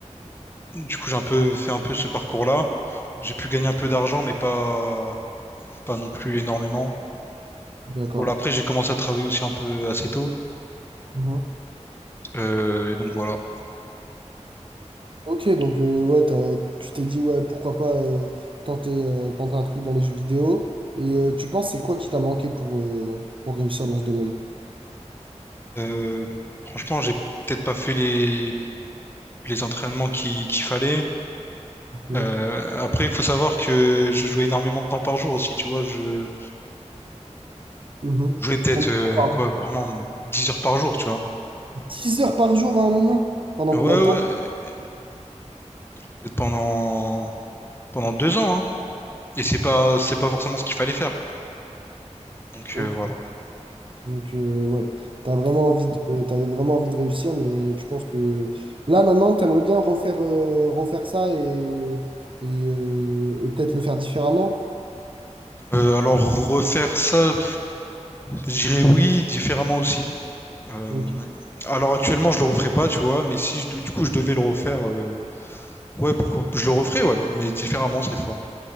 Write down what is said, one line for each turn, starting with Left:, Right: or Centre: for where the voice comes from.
Left: du coup, j'ai un peu fait un peu ce parcours-là. J'ai pu gagner un peu d'argent, mais pas, pas non plus énormément.
Right: D'accord.
Left: Voilà, après, j'ai commencé à travailler aussi un peu assez tôt.
Right: Mhm.
Left: Euh, donc, voilà.
Right: Ok, donc euh, ouais, t'as- tu t'es dit, ouais, pourquoi pas euh, tenter, euh, tenter un truc dans les jeux vidéo. Et euh, tu penses, c'est quoi qui t'a manqué pour, euh, pour réussir dans ce domaine?
Left: Euh, franchement, j'ai peut-être pas fait les, les entraînements qui, qu'il fallait.
Right: Ok.
Left: Euh, après, il faut savoir que je jouais énormément de temps par jour aussi, tu vois. Je,
Right: Mhm.
Left: jouais peut-être
Right: Combien
Left: euh,
Right: de temps par
Left: quoi,
Right: jour
Left: vraiment 10 heures par jour, tu vois.
Right: 10 heures par jour à un moment? Pendant
Left: Ouais,
Right: combien
Left: ouais.
Right: de temps?
Left: euh, Peut-être pendant pendant deux ans, hein. Et c'est pas c'est pas forcément ce qu'il fallait faire. Donc
Right: Ok.
Left: euh, voilà.
Right: Donc, euh, ouais, t'as vraiment envie de, t'avais vraiment envie de réussir, mais tu penses que là, maintenant, t'aimerais bien refaire, euh, refaire ça et, et, euh, et peut-être le faire différemment.
Left: Euh, alors refaire ça, je dirais oui, différemment aussi. Euh,
Right: Ok.
Left: alors actuellement, je le referais pas, tu vois, mais si je- du coup je devais le refaire, euh, ouais, pourquoi je le referais, ouais, mais différemment cette fois.